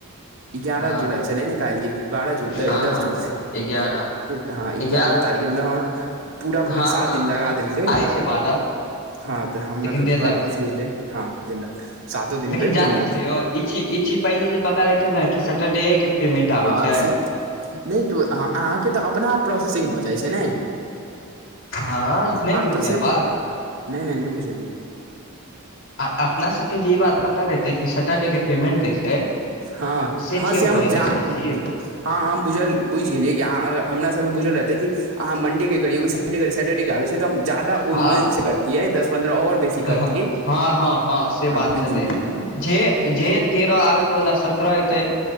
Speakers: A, on the right (about 60°); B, on the left (about 55°).
A: इगारह
B: हँ
A: जुलाई छलै ने काल्हि कि बारह जुला
B: हँ हँ
A: दस जुलाई
B: एगारह
A: हँ
B: एगारह
A: ग्यारह तारीख मतलब ह पूरा पूरी
B: हँ
A: सात
B: हँ
A: दिन लगा देलकै
B: आइ छै बारह
A: हँ तऽ हमरा
B: लेकिन
A: तऽ
B: देलक
A: बड़ खुशी भेलै हँ देलक सातो दिन
B: लेकिन
A: पे
B: जानै
A: देलक
B: छै यौ ई ची ई चीज पहिली जे पता रहेते न कि सटरडे के पेमेंट आबै
A: हँ
B: छै
A: से त अहाँके तऽ अपना प्रोसेसिंग भ जाइ छै ने
B: हँ नहि
A: ह
B: बुझलियै
A: पर से
B: बात
A: नइ नइ नइ बुझलियै
B: अ अपना सबके जी बात अरे देखि सेटर्डे के पेमेंट दै छै
A: हँ
B: से
A: हँ
B: चीज हम कहै
A: जा
B: के चाहै छि
A: हँ हम बुझल बुझि गेलियै कि अहाँ हमरा सबके बुझल रहतै कि अहाँ मंडे के करियौ से सैटरडे के आबै छै तऽ हम ज जादा ओ
B: हँ
A: मन से करतियै दस पन्द्रह और बेसी
B: हँ
A: करतीऐै
B: हँ से
A: हँ
B: बात
A: बुइझ
B: छलै
A: गेलियै हमु
B: जे जे तेरह आके बला सत्रह एयतै